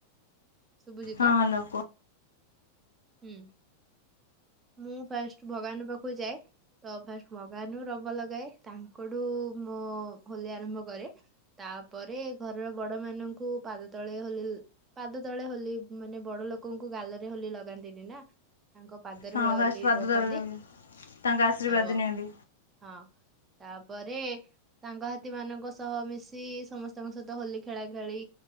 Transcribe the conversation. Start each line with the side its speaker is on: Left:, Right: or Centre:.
Right: ଶୁଭୁଚି
Left: ହଁ
Right: ତ
Left: ହାଲୋ କୁହ।
Right: ହୁଁ, ମୁଁ ଫାଷ୍ଟ ଭଗବାନ ପାଖକୁ ଯାଏ ତ ଫାଷ୍ଟ ଭଗବାନରୁ ରଙ୍ଗ ଲଗାଏ ତାଙ୍କଠୁ ମୋ ହୋଲି ଆରମ୍ଭ କରେ, ତାପରେ ଘରର ବଡ ମାନଙ୍କୁ ପାଦ ତଳେ ହୋଲି ପାଦ ତଳେ ହୋଲି ମାନେ ବଡ ଲୋକଙ୍କୁ ଗାଲରେ ହୋଲି ଲଗା ନ୍ତିନି ନା। ତାଙ୍କ ପାଦରେ
Left: ହଁ
Right: ହୋଲି
Left: ଫାଷ୍ଟ ପାଦ
Right: ରଖନ୍ତି
Left: ତଳେ ଲଗେଇ ତାଙ୍କ ଆଶୀର୍ବାଦ
Right: ତ ହଁ।
Left: ନିଅନ୍ତି
Right: ତାପରେ ସାଙ୍ଗସାଥି ମାନଙ୍କ ସହ ମିଶି ସମସ୍ତଙ୍କ ସହିତ ହୋଲି ଖେଳା ଖେଳି,